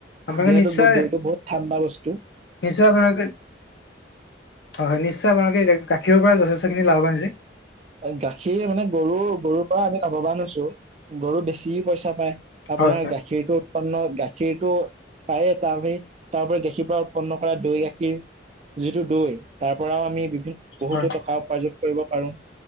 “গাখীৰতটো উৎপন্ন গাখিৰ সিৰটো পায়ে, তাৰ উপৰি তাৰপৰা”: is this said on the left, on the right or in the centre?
Right